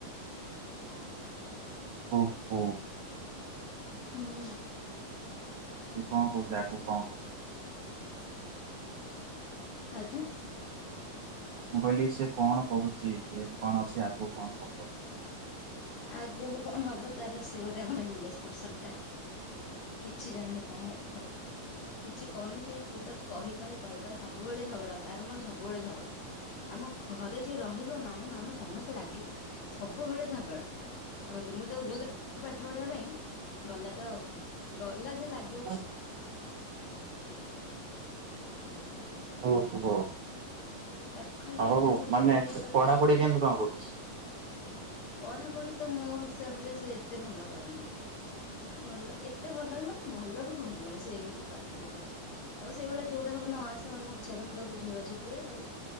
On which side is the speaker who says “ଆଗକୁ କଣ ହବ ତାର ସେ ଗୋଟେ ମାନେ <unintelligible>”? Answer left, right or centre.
Left